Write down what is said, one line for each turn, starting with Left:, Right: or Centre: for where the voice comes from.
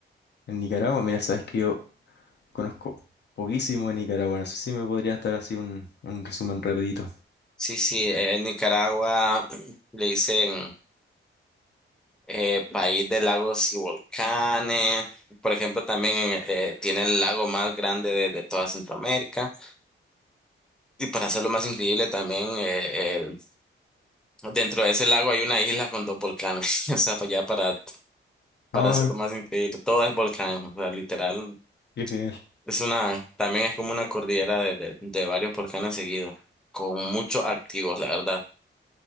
Left: En Nicaragua, mira, sabes que yo conozco poquísimo de Nicaragua, no sé si me podría dar así un, un resumen rapidito.
Centre: Sí, sí, eh, en Nicaragua <clears throat> le dicen eh, país de lagos y volcanes. Por ejemplo, también eh, eh, tiene el lago más grande de, de toda Centroamérica. Y para hacerlo más increíble, también eh, el- dentro de ese lago hay una isla con dos volcanes. <laughs> O sea, para allá, para, para
Left: Ah,
Centre: hacerlo más increíble, todo es volcán.
Left: qué
Centre: O sea, literal,
Left: qué genial.
Centre: Es una, también es como una cordillera de, de, de varios volcanes seguidos, con muchos activos, la verdad.